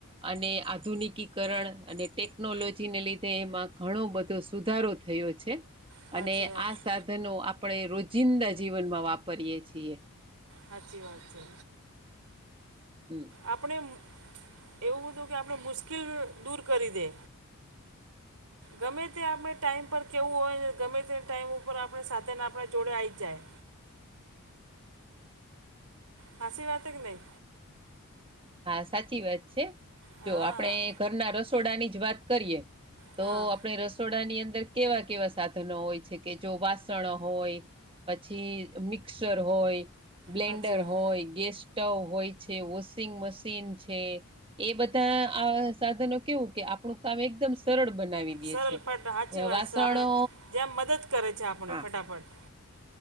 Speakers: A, on the right; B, on the right.
A: અને આધુનિક કરણ અને ટેકનોલોજીને લીધે એમાં ઘણો બધો સુધારો થયો છે.
B: સાચી
A: અને
B: વાત
A: આ
B: છે,
A: સાધનો આપણે રોજિંદા જીવનમાં વાપરીએ છીએ.
B: હાચી વાત છે.
A: હમ્મ.
B: આપણે મુ એવું હતું કે આપણે મુશ્કેલ દૂર કરી દે.
A: <inaudible>
B: ગમે તે આપણે ટાઈમ પર કેવું હોય ને ગમે તે ટાઈમ ઉપર આપણે સાથે ને આપણા જોડે આઇજ જાય. હાસી વાત હે કે નહી?
A: હા સાચી વાત છે,
B: હા
A: જો આપડે ઘરના રસોડાની જ વાત કરીએ. તો
B: હા
A: આપણે રસોડાની અંદર કેવા કેવા સાધનો હોય છે કે જો વાસણો હોય. પછી મિક્સર હોય, બ્લેન્ડર
B: સાચી વાત
A: હોય, ગેસ સ્ટવ હોય છે, ઓ સિંગ મશીન છે, એ બધા આ સાધનો કેવું કે આપણું કામ એકદમ સરળ બનાવી દેયે
B: સરળ
A: છે,
B: ફટ સાચી વાત
A: વાસણો
B: છે આપણે જેમ મદદ કરે છે આપણી
A: હા
B: ફટાફટ